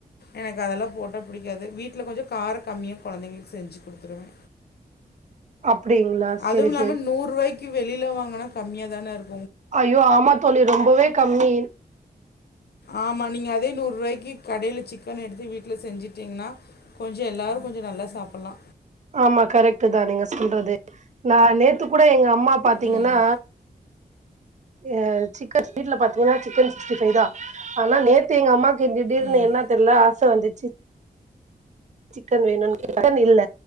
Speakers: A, on the left; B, on the right.
A: எனக்கு அதெல்லா போட்டா புடிக்காது வீட்டுல கொஞ்சோ கார கம்மியா கொழந்தைங்களுக்கு செஞ்சு குடுத்துடுவே
B: <inaudible> அப்டிங்களா செரி
A: அதுவு இல்லாம
B: செரி
A: நூரூவாய்க்கு வெளில வாங்கனா கம்மியா தானே இருக்
B: ஐயோ ஆமா தோழி ரொம்பவே கம்மி
A: ஆமா நீங்க அதே நூரூவாய்க்கு கடைல சிக்கன் எடுத்து வீட்டுல செஞ்சிட்டீங்கன்னா கொஞ்சோ எல்லாரு கொஞ்சோ நல்லா சாப்புல்லா
B: ஆமா கரெக்ட்தா நீங்க சொல்றது நா நேத்து கூட எங்க அம்மா பாத்தீங்கன்னா
A: ம்
B: எ சிக்கன் வீட்டுல பாத்தீங்கன்னா சிக்கன் சிக்ஸ்டி ஃபைவ்தா ஆனா நேத்து எங்க அம்மா கு திடீர்னு
A: ம்
B: என்னா தெர்ல ஆச வந்துச்சு சிக்கன் வேணுனு சிக்கன் இல்ல